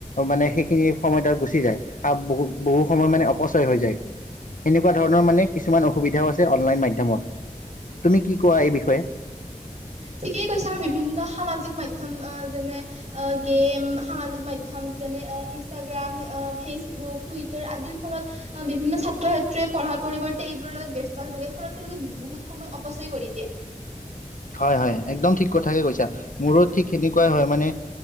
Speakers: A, on the left (about 85°); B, on the right (about 60°).
A: মানে সেইখিনি সময় তাত গুচি যায় আৰু বহু বহু সময় মানে অপচয় হৈ যায়, সেনেকুৱা ধৰণৰ মানে কিছুমান অসুবিধাও আ ছে লাইন মাধ্যমত, তুমি কি কোৱা এই বিষয়ে?
B: ঠিকেই কৈছা বিভিন্ন সামাজিক মাধ্যম যেনে গেম সামাজিক মাধ্যম যেনে ইনষ্টাগ্ৰাম ফেচবুক টুইটাৰ আদিৰ ফলত বিভিন্ন ছাত্ৰ ছাত্ৰীয়ে পঢ়াৰ পৰিৱৰ্তে এইবোৰৰ লগত ব্যস্ত হৈ থাকে ঘৰত তেওঁলোকে বহুত সময় অপচয় কৰি দিয়ে।
A: হয় হয় একদম ঠিক কথাকে কৈছা মোৰো ঠিক সেনেকুৱাই হয় মানে